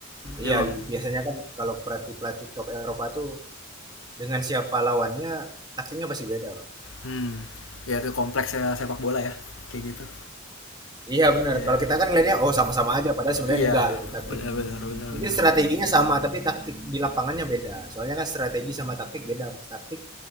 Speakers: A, on the left (about 75°); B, on the right (about 20°).
A: Memang,
B: Iya, biasanya kan kalau pelatih-pelatih top Eropa tuh dengan siapa lawannya taktiknya pasti beda. Bang.
A: hmm, ya itu kompleksnya sepak bola ya, kayak gitu.
B: Iya benar.
A: Iya,
B: Kalau kita kan ngelihatnya oh sama-sama aja padahal sebenarnya
A: iya,
B: enggak gitu taktik.
A: benar benar benar
B: Mungkin
A: benar.
B: strateginya sama tapi taktik di lapangannya beda. Soalnya kan strategi sama taktik beda, Mas. Taktik